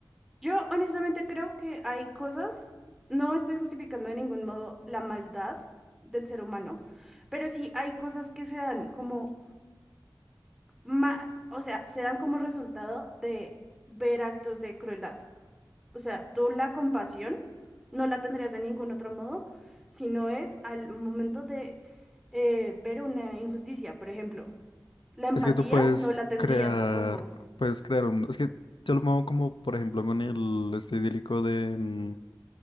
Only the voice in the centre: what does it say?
Yo honestamente creo que hay cosas, no estoy justificando de ningún modo la maldad del ser humano, pero sí hay cosas que se dan como, ma- o sea, se dan como resultado de ver actos de crueldad. O sea, tú la compasión no la tendrías de ningún otro modo, sino es al momento de eh, ver una injusticia, por ejemplo. La empatía
no la tendrías
tampoco.